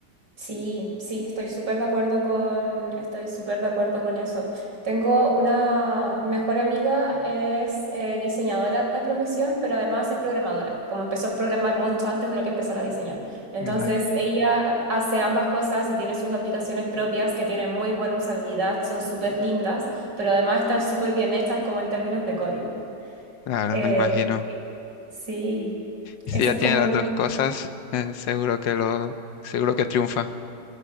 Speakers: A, on the right; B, on the left.
A: Sí, sí, estoy súper de acuerdo con, estoy súper de acuerdo con eso. Tengo una mi mejor amiga, es eh, diseñadora de profesión, pero además es programadora, como empezó a programar mucho antes de lo que empezara a diseñar. Entonces,
B: Vale,
A: ella hace ambas cosas y tiene sus aplicaciones propias que tienen muy buena usabilidad, son súper lindas, pero además están súper bien hechas como en términos de código.
B: claro,
A: Eh,
B: me imagino.
A: sí,
B: Si
A: ese
B: ya
A: es
B: tiene
A: como...
B: las dos cosas, eh, seguro que lo, seguro que triunfa,